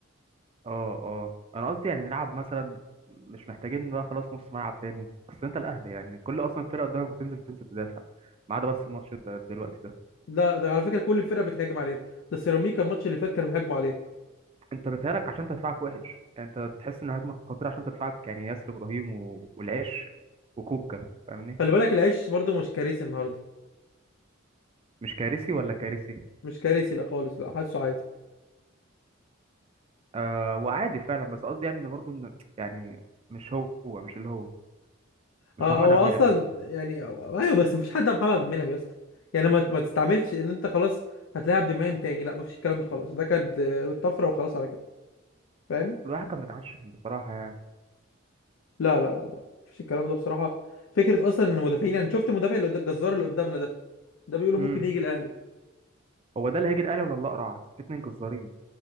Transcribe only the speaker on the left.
لا ده على فكره كل الفرقه بتهاجم علينا ده سيراميكا الماتش اللي فات كانوا بيهاجموا علينا
خلي بالك العيش برضو مش كارثي النهارده
مش كارثي لا خالص لا حاسه عادي
اه آه،
هو
اصلا يعني آه، ايوه بس مفيش حد على محمد عبد المنعم يا اسطى يعني ما ما تستعملش ان انت خلاص هتلاعب عبد المنعم تاني لا مفيش الكلام ده خلاص ده كانت آه، طفره وخلاص على كده فاهم
لا لا لا لا مفيش الكلام ده بصراحة فكرة أصلا إن المدافعين يعني شفت المدافع اللي قد- الجزار اللي قدامنا ده ده بيقولوا
ممكن يجي الأهلي